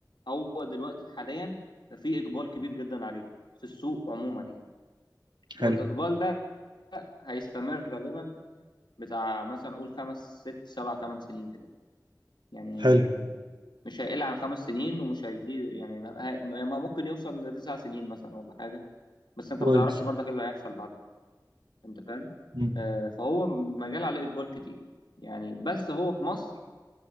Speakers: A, on the left; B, on the right.
A: هو دلوقتي حاليا في اقبال كبير جدا عليه في السوق عموما يعني والاقبال
B: حلو
A: ده هيستمر غالبا بتاع مثلا قول خمس ست سبع ثمان سنين كده يعني
B: حلو
A: مش هيقل عن خمس سنين ومش هيزيد يعني ما ما ممكن يوصل لتسع سنين مثلا ولا حاجه بس انت
B: كويس
A: ما تعرفش برضك ايه اللي هيحصل بعدها انت فاهم
B: مم.
A: آه، فهو مجال عليه اقبال كتير يعني بس هو في مصر